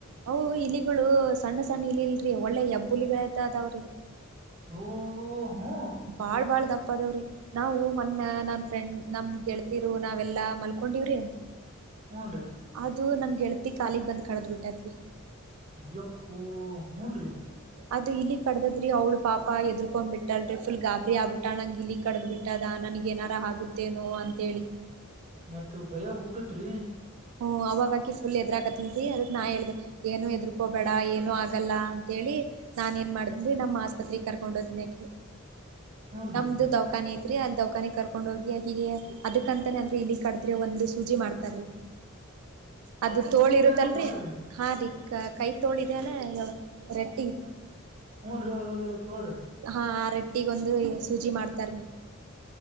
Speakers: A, on the right; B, on the right.
A: ಹ ಇಲಿಗಳು ಸಣ್ಣ ಸಣ್ಣ ಇಲಿಲ್ರರಿ ಒಳ್ಳೆ ಯಬ್ಬುಲಿಗಳತ ಅದಾವ್ರಿ
B: ಓ ಹ್ಮ
A: ಬಾಳ್ ಬಾಳ ದಪ್ಪ ಅದವ್ರಿ ನಾವು ಮನ್ನ ನನ್ ಫ್ರೆಂಡ್ ನಮ್ ಗೆಳತಿರು ನಾವೆಲ್ಲಾ ಮಲ್ಕೊಂಡಿವ್ರಿ
B: ಹ್ನ್ ರರಿ
A: ಅದು ನನ ಗೆಳತಿ ಕಾಲಿಗ್ ಬಂದ ಕಡದ್ ಬಿಟ್ಟೈತ್ರಿ
B: ಯಪ್ಪು ಹೂನ್ರೀ
A: ಅದು ಇಲ್ಲಿ ಕಡದದ್ರಿ ಅವಳ ಪಾಪ ಎದ್ರಕೊಂಡ್ಬ ಬಿಟ್ಟಾಲ್ರಿ ಫುಲ್ ಗಾಬರಿ ಆಬಟ್ಟಾಳಂಗ ಇಲಿ <unintelligible> ಕಡ್ದ್ ಬಿಟ್ಟದ ನನಗ ಏನಾರ ಆಗುತ್ತೇನೋ ಅಂತೇಳಿ
B: ಮತ್ತ ಭಯ ಹುಟ್ಟತ್ರಿ <unintelligible>
A: ಹ್ಮ ಅವಾಗಕಿ ಫುಲ್ ಎದ್ರಾಕತಿಲ್ರಿ ಅದ ನಾ ಹೇಳ್ದೆ ಏನು ಎದರ್ಕೋಬೇಡ ಏನು ಆಗಲ್ಲ ಅಂತೇಳಿ ನಾನ್ ಏನ್ ಮಾಡ್ದನ್ಿ ನಮ್ಮ್ ಆಸ್ಪತ್ರೆಗೆಗ್ ಕರ್ಕೊಂಡ್ ಹೋದನಕಿ
B: ಹೂನ್ರಿ
A: ನಮ್ದು ದೌಖಾನೆ ಐ <unintelligible> ೀ ಅ ದೌಖಾನಿ ಕರ್ಕೊಂಡ್ ಹೋಗಿೀಗೆ ಅದಕ್ಕಂತಾನೇ ಅಂದ್ರೆ ಇಲ್ಲಿ ಕಡದ್ರೆ ಒಂದ್ ಸೂಜಿ ಮಾಡ್ತಾರೀ <unintelligible> ಅದು
B: ಅದಕ್ಕೂ
A: ತೋಳಿ
B: ಚೂಜ್
A: ಇರುತ್ತಲ್ರಿ
B: ಬೇರೆ ಬರ್ತವನ್ರಿ
A: <unintelligible> ಹಾ ರೀ ಕೈ ತೋಳಿದಾನ ರೆಟ್ಟಿ <inaudible>
B: ಹನ್ದರ ತೋಳ್ರಿ <unintelligible>
A: ಹಾ ಆ ರೊಟ್ಟಿಗೊಂದು ಸೂಜಿ ಮಾಡ್ತಾರ <unintelligible>